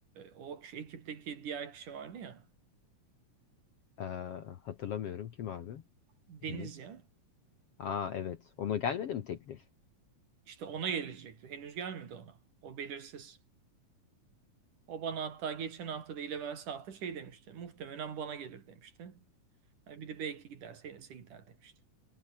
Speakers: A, on the right; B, on the left.
A: o şu ekipteki diğer kişi vardı ya.
B: Ee, hatırlamıyorum. Kim abi?
A: Deniz
B: Enis.
A: ya.
B: Aa evet. Ona gelmedi mi teklif?
A: İşte ona gelecekti. Henüz gelmedi ona. O belirsiz. O bana hatta geçen hafta da evvelsi hafta şey demişti. Muhtemelen bana gelir demişti. Ha, bir de belki giderse Enes'e gider demişti.